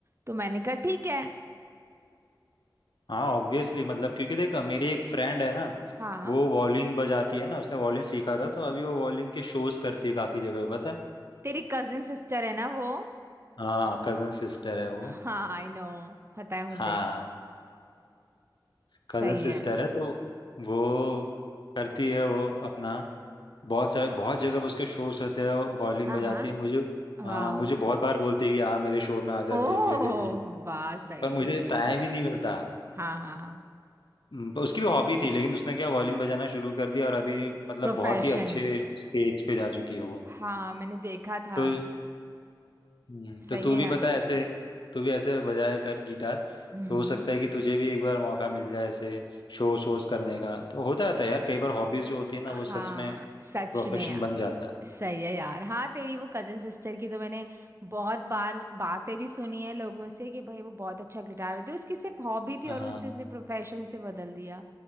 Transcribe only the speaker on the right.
तो मैंने कहा ठीक है
हाँ
तेरी कजिन सिस्टर है ना वो
<laughs>
हाँ आई नो पता है मुझे
सही
है
हाँ
हाँ
वाओ
ओह
वाह सही
है सही
है
हाँ हाँ हाँ
प्रोफेशन
हाँ मैंने देखा था
सही
है
यार
हम्म
हाँ
सच
में यार
सही है यार हाँ तेरी वो कजन सिस्टर की तो मैंने बहुत बार बातें भी सुनी है लोगों से कि भाई वो बहुत अच्छा गिटार बजाती उसकी सिर्फ हॉबी थी
और उससे उसने प्रोफेशन से बदल दिया